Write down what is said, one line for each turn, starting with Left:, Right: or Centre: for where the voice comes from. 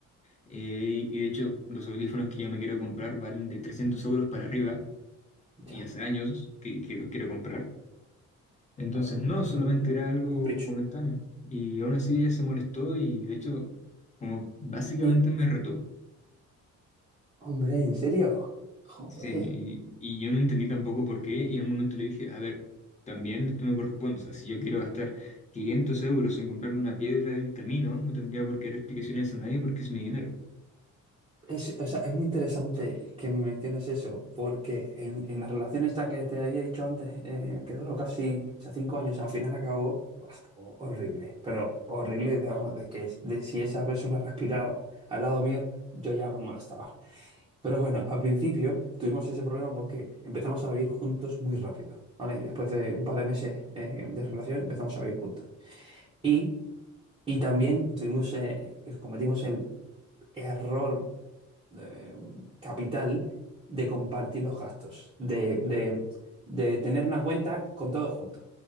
Left: Eh, y y de hecho los audífonos que yo me quiero comprar valen de 300 euros para arriba y
Right: Ya,
Left: hace años que, que los quiero comprar. Entonces,
Right: claro.
Left: no,
Right: Es
Left: solamente
Right: un, un
Left: era algo
Right: capricho.
Left: momentáneo. Y aún así ella se molestó y de hecho, como básicamente
Right: Y,
Left: me retó.
Right: hombre, ¿en serio? Joder.
Left: Sí, y, y yo no entendí tampoco por qué. Y en un momento le dije, a ver, también esto me corresponde. O sea, si yo quiero gastar 500 euros en comprarme una piedra del camino, no tendría por qué dar explicaciones a nadie porque es mi dinero.
Right: Es, o sea, es muy interesante que me menciones eso, porque en, en la relación esta que te había dicho antes, eh, que duró casi, o sea, cinco años, al final acabó ho- horrible, pero horrible, digamos, de que es- de si esa persona respiraba al lado mío, yo ya me molestaba. Pero bueno, al principio tuvimos ese problema porque empezamos a vivir juntos muy rápido, ¿vale? Después de un par de meses eh, de relación empezamos a vivir juntos. Y, y también tuvimos, eh, cometimos el error eh, capital de compartir los gastos, de, de- de tener una cuenta con todos juntos.